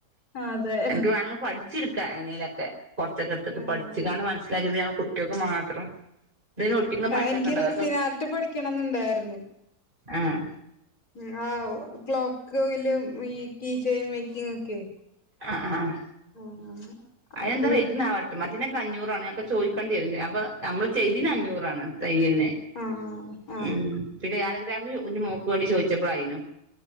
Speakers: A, on the left; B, on the right.
A: അതെ
B: അൻക്ക് വാണങ്കി പഠിച്ച് രിക്കാ എങ്ങനെലൊക്കെ കൊർച്ചക്കെ ഇട്ത്ത്ട്ട്
A: ആഹ്
B: പഠിച്ചിങ്കാണ്ട് മൻസ്സിലാക്കി ഇത് ഞങ്ങൾ കുട്ട്യാൾക്ക് മാ ത്രം ഇതിന് ഒട്ടിക്ക്‌ ണ
A: ആഹ്
B: പശൊക്കെ
A: എനിക്ക്
B: ഇണ്ടാവും
A: റെസിൻ
B: അ ഒക്കെ
A: ആർട്ട് പഠിക്കണംന്നുണ്ടായിരുന്നു
B: ആഹ്
A: ങ്ങാവൂ ക്ലോക്ക്ല് ഈ കീ ചെയിൻ വെക്കും ഒക്കെ
B: ആ ആഹ്
A: ആഹ്
B: അയ്നെന്താ
A: അത്
B: റേറ്റ്ന്നാവ ട്ട് മറ്റെനൊക്കെ അഞ്ഞൂറാണ് അപ്പോ ചോയ്ക്കണ്ട്യരും അപ്പൊ അമ്മള് ചെയ്തീന് അഞ്ഞൂറാണ് തയ്യൽന്
A: ആഹ് ആഹ്
B: ഉം പിന്നെ കാലഗ്രാഫി കുഞ്ഞ് മോക്ക് വേണ്ടി ചോയിച്ചപ്പളയിനും